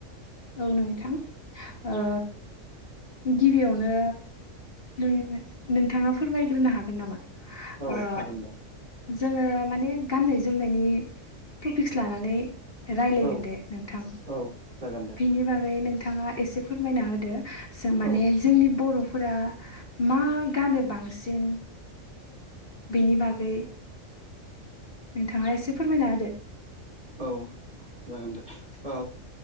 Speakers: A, on the left; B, on the right.
A: औ नोंथां ओ गिबियावनो नों-नोंथाङा फोरमायग्रोनो हागोन नामा?
B: औ
A: ओ
B: हागोन दे।
A: जोङो माने गाननाय-जोमनायनि टपिक्स लानानै रायलायगोन
B: औ
A: दे नोंथां।
B: औ जागोन दे
A: बिनि बागै नोंथाङा एसे फोरमायना होदो। जों माने
B: औ
A: जोंनि बर'- फोरा मा गानो बांसिन बेनि बागै। नोंथाङा एसे फोरमायना होदो।
B: औ जागोन दे। औ